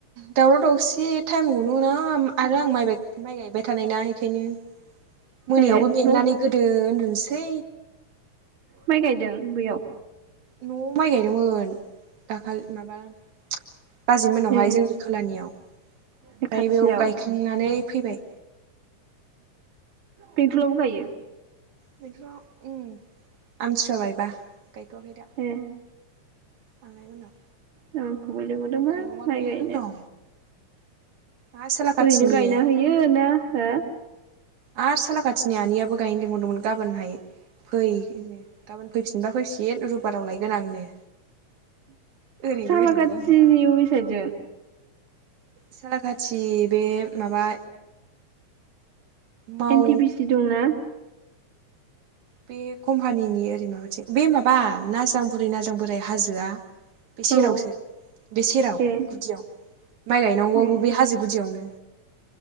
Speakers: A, on the right; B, on the right.
A: दावराव दावसि टाइम गनो ना आरो आं माइबाय माइ गायबाय थानाय ना एखायनो मोनायावबो
B: ए
A: मेंनानै
B: बहुद
A: गोदो उन्दु सै
B: माइ गायदों बैयाव
A: <unintelligible> माइ गायदोंमोन दाखालि माबा बाजै मोननावहाय
B: ए
A: जोंनि खोलानियाव ओमफ्राय
B: ए खाथियाव
A: बेयाव गायखांनानै फैबाय।
B: बेंथलावबो गायो?
A: बेंथलाव उम्म आमथिुवाबायबा गाय थ'वाखै दा
B: ए
A: आङाय मोननाव
B: <unintelligible> खोबो लिंहरदोंमोन
A: गायनांगौआनो
B: माइ
A: मेरला
B: गायनो।
A: दं आरो साला खाथिनि
B: ओरैनो गायना हैयो ना हो
A: आरो सालाखाथिनि आनैयाबो गायनो लिंहरदोंमोन गाबोनहाय फै गाबोन फैफिनबा फैफिन रबिबाराव लायगोन आंनो। ओरैबो
B: सालाकाथिनि
A: ओरैबो आंहा
B: अबे साइदजों?
A: सालाखाथि बे माबा माव
B: एन टि बि सि दंना?
A: बे कम्पानिनि ओरै माबाथिं बे माबा नाजां बुरै नाजां बोराय हाजोआ बे सेरावसो
B: औ
A: बे सेराव
B: ए
A: गुदियाव माइ गायनांगौबो
B: ए
A: बे हाजो गुदियावनो।